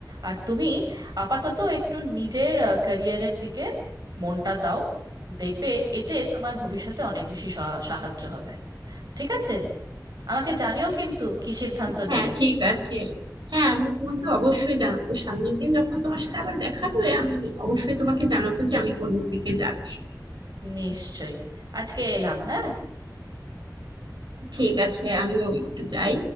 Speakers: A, on the right; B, on the right.
A: আর তুমি আপাতত একটু নিজের ক্যারিয়ারের দিকে মনটা দাও দেখবে এতে তোমার ভবিষ্যতে অনেক বেশি সা- সাহায্য হবে ঠিক আছে আমাকে জানিও কিন্তু কি সিদ্ধান্ত
B: হ্যাঁ
A: নিলে
B: ঠিক আছে হ্যাঁ আমি তোমাকে অবশ্যই জানাবো সামনের দিন যখন তোমার সাথে আবার দেখা হবে আমি অবশ্যই তোমাকে জানাবো যে আমি কোন দিকে যাচ্ছি
A: নিশ্চয়ই আজকে এলাম হ্যাঁ
B: ঠিক আছে আমিও একটু যাই